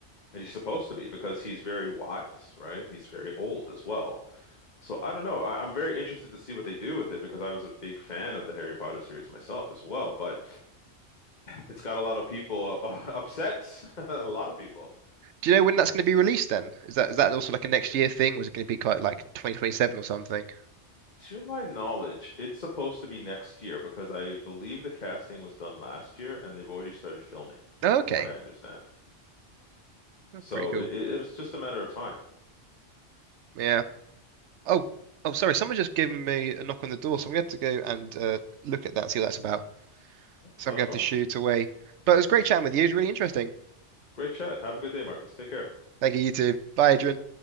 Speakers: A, on the left; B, on the right.
A: And he's supposed to be because he's very wise, right? He's very old as well. So I don't know. I, I'm very interested to see what they do with it because I was a big fan of the Harry Potter series myself as well. But it's got a lot of people uh, <laughs> upset. <laughs> A lot of people.
B: Do you know when that's going to be released then? Is that is that also like a next year thing? Was it going to be quite like 2027 or something?
A: To my knowledge, it's supposed to be next year because I believe the casting was done last year and they've already started filming,
B: Oh,
A: from
B: okay.
A: what I understand.
B: Oh,
A: So
B: Pretty cool.
A: it, it- it's just a matter of time.
B: Yeah. Oh, oh, sorry. Someone just given me a knock on the door, so I'm going to have to go and uh, look at that, see what that's about. So
A: Not
B: I'm going
A: a
B: to
A: problem.
B: have to shoot away. But it was great chatting with you. It was really interesting.
A: Great chat. Have a good day, Marcus. Take care.
B: Thank you, you too. Bye, Adrian.